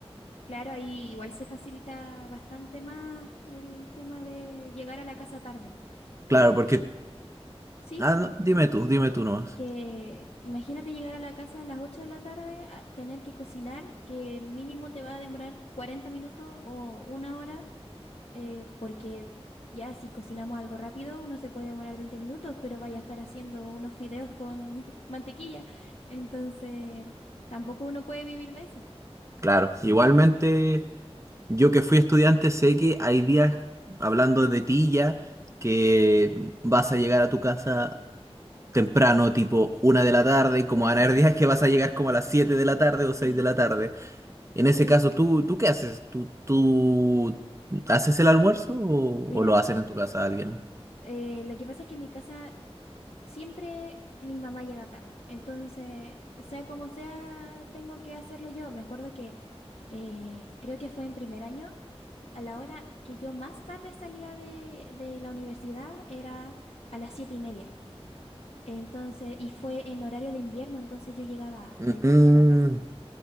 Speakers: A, on the left; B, on the right.
A: Claro, ahí igual se facilita bastante más el tema de llegar a la casa tarde. Porque,
B: Claro, porque.
A: sí,
B: Ah,
A: dime,
B: no, dime tú, dime tú nomás.
A: que imagínate llegar a la casa a las 8 de la tarde, a tener que cocinar, que mínimo te va a demorar 40 minutos o una hora, eh, porque ya si cocinamos algo rápido, uno se puede demorar 20 minutos, pero vaya a estar haciendo unos fideos con <laughs> mantequilla. Entonces, tampoco uno puede vivir de eso.
B: Claro, igualmente, yo que fui estudiante, sé que hay días, hablando de ti ya, que vas a llegar a tu casa temprano, tipo una de la tarde, como
A: Claro,
B: van a haber días que vas a llegar como a las 7 de la tarde o
A: sí.
B: 6 de la tarde. En
A: Sí,
B: ese caso, ¿tú, tú qué haces? ¿Tú, tú haces el almuerzo o,
A: mira.
B: o lo hacen en tu casa alguien?
A: Eh, lo que pasa es que en mi casa siempre mi mamá llega tarde. Entonces, sea como sea, tengo que hacerlo yo. Me acuerdo que eh, creo que fue en primer año, a la hora que yo más tarde salía de, de la universidad era a las siete y media. Entonces, y fue en horario de invierno, entonces yo llegaba
B: Mm,
A: de noche a la casa.